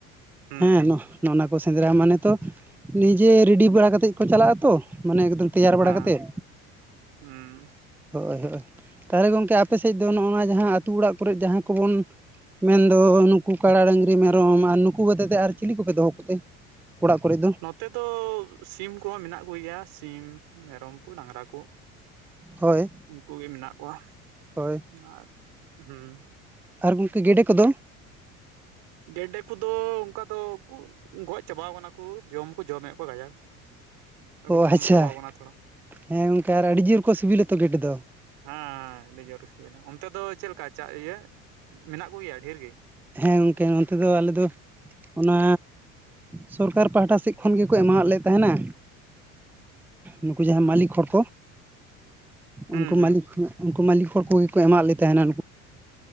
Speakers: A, on the right; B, in the centre.
A: ᱦᱩᱸ ᱦᱩᱸ
B: ᱦᱮᱸ
A: ᱦᱩᱸ
B: ᱱᱚ ᱱᱚᱜᱼᱱᱟ ᱠᱚ ᱥᱮᱸᱫᱽᱨᱟ ᱢᱟᱱᱮ ᱛᱚ ᱱᱤᱡᱮ ᱨᱮᱰᱤ ᱵᱟᱲᱟ ᱠᱟᱛᱮᱜ ᱠᱚ ᱪᱟᱞᱟᱜᱼᱟ ᱛᱚ, ᱢᱟᱱᱮ ᱮᱠᱫᱚᱢ ᱛᱮᱭᱟᱨ ᱵᱟᱲᱟ
A: ᱦᱮᱸ
B: ᱠᱟᱛᱮᱜ᱾
A: ᱦᱩᱸ᱾
B: ᱦᱳᱭ ᱦᱳᱭ ᱛᱟᱦᱚᱞᱮ ᱜᱚᱝᱠᱮ ᱟᱯᱮ ᱥᱮᱡ ᱫᱚ ᱱᱚᱜ-ᱱᱚᱣᱟ ᱡᱟᱦᱟᱸ ᱟᱛᱩ ᱚᱲᱟᱜ ᱠᱚᱨᱮᱜ ᱡᱟᱦᱟᱸ ᱠᱚᱵᱚᱱ ᱢᱮᱱ ᱫᱚ ᱱᱩᱠᱩ ᱠᱟᱲᱟ ᱰᱟᱹᱝᱨᱤ ᱢᱮᱨᱚᱢ ᱟᱨ ᱱᱩᱠᱩ ᱵᱟᱫᱮ ᱛᱮ ᱟᱨ ᱪᱤᱞᱤ ᱠᱚᱯᱮ ᱫᱚᱦᱚ ᱠᱚᱛᱮ ᱚᱲᱟᱜ ᱠᱚᱨᱮ ᱫᱚ?
A: ᱱᱚᱛᱮ ᱫᱚ ᱥᱤᱢ ᱠᱚᱦᱚᱸ ᱢᱮᱱᱟᱜ ᱠᱩ ᱜᱮᱭᱟ ᱥᱤᱢ ᱢᱮᱨᱚᱢ ᱠᱩ ᱰᱟᱝᱨᱟ ᱠᱩ
B: ᱦᱳᱭ
A: ᱩᱝᱠᱩ ᱜᱮ ᱢᱮᱱᱟᱜ ᱠᱚᱣᱟ
B: ᱦᱳᱭ
A: ᱟᱨ ᱦᱩᱸ᱾
B: ᱟᱨ ᱜᱚᱝᱠᱮ ᱜᱮᱰᱮ ᱠᱚᱫᱚ?
A: ᱜᱮᱰᱮ ᱠᱚᱫᱚ ᱚᱝᱠᱟ ᱫᱚ ᱩᱠᱩᱨ ᱜᱚᱡ ᱪᱟᱵᱟᱣ ᱠᱟᱱᱟ ᱠᱩ ᱡᱚᱢ ᱠᱚ ᱡᱚᱢᱮᱫ ᱠᱚᱣᱟ ᱠᱟᱡᱟᱠ᱾
B: ᱚ
A: ᱠᱚ ᱠᱚᱢ
B: ᱟᱪᱪᱷᱟ
A: ᱪᱟᱵᱟᱣ ᱠᱟᱱᱟ ᱛᱷᱚᱲᱟ᱾
B: ᱦᱮᱸ ᱜᱚᱝᱠᱮ ᱟᱨ ᱟᱰᱤ ᱡᱳᱨ ᱠᱚ ᱥᱤᱵᱤᱞᱟᱛᱚ ᱜᱮᱰᱮ ᱫᱚ?
A: ᱦᱮᱸ ᱟᱰᱤ ᱡᱳᱨ ᱥᱤᱵᱤᱞᱟ ᱚᱱᱛᱮ ᱫᱚ ᱪᱮᱫ ᱞᱮᱠᱟ ᱪᱟ ᱤᱭᱟᱹ ᱢᱮᱱᱟᱜ ᱠᱚᱜᱮᱭᱟ ᱰᱷᱮᱨ ᱜᱤ?
B: ᱦᱮᱸ ᱜᱚᱝᱠᱮ ᱱᱚᱱᱛᱮ ᱫᱚ ᱟᱞᱮ ᱫᱚ ᱚᱱᱟ ᱥᱚᱨᱠᱟᱨ ᱯᱟᱦᱟᱴᱟ ᱥᱮᱫ ᱠᱷᱚᱱ ᱜᱮᱠᱚ ᱮᱢᱟᱣᱟᱫ ᱞᱮ ᱛᱟᱦᱮᱸᱱᱟ, ᱱᱩᱠᱩ ᱡᱟᱦᱟᱸ
A: ᱚ
B: ᱢᱟᱞᱤᱠ ᱦᱚᱲ ᱠᱚᱼᱼ
A: ᱦᱩᱸ
B: ᱩᱱᱠᱩ
A: ᱦᱩᱸ
B: ᱢᱟᱞᱤᱠ ᱩᱱᱠᱩ ᱢᱟᱞᱤᱠ ᱦᱚᱲ ᱠᱚᱜᱮ ᱠᱚ ᱮᱢᱟᱜ ᱞᱮ ᱛᱟᱦᱮᱸᱱᱟ ᱱᱩᱠᱩ